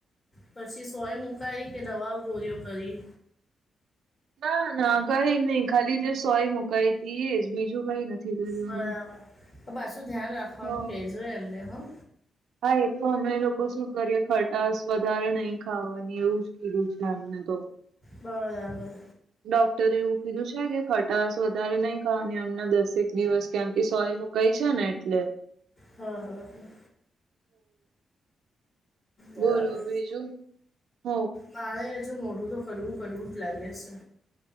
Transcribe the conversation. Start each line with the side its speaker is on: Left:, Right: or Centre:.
Left: પછી સોય મુકઈ કે દવાઓ ગોરીઓ કરી.
Right: ના ના કઈ નઈ ખાલી જે સોય મુકઈ હતી એજ બીજું કઈ નથી. કર્યું
Left: બરાબર
Right: અમે.
Left: પાછું ધ્યાન રાખવાનું
Right: હવ
Left: કેજો એમને હા.
Right: હા એ તો અમે લોકો શું કરીએ ખટાશ વધારે નહી ખાવાની એવું જ કીધું છે અમને તો.
Left: બરાબર.
Right: ડોક્ટરે એવું કીધું છે કે ખટાશ વધારે નહી ખા એમના દસેક દિવસ કેમ કે સોય. કઈ છે ને એટલે.
Left: હા હા હા.
Right: બોલો
Left: બરાબર
Right: બીજું હ.
Left: મારે હજુ મોઢું તો કરવું કરવું જ લાગે છે.